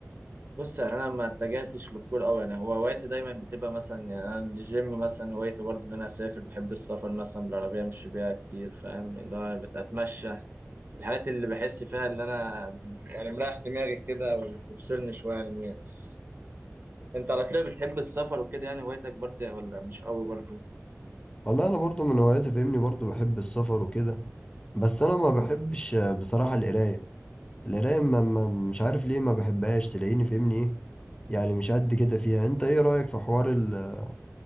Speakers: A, on the right (about 40°); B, on the left (about 20°).
A: بص يعني انا ما اتجهتش للكورة قوي يعني هو هوايتي دايما بتبقى مثلا يعني انا الجيم مثلا هوايتي برضه ان انا اسافر بحب السفر مثلا بالعربيه امشي بيها كتير فاهم اللي هو بتمشى الحاجات اللي بحس فيها اللي انا يعني مريح دماغي كده وبتفصلني شويه عن الناس انت على كده بتحب السفر وكده يعني هوايتك برضه ولا مش قوي برضه
B: والله انا برضو من هواياتي فاهمني برضو بحب السفر وكده بس انا ما بحبش آه، بصراحة القراية القراية ما ما- مش عارف ليه ما بحبهاش تلاقيني فاهمني ايه يعني مش قد كده فيها انت ايه رأيك في حوار ال...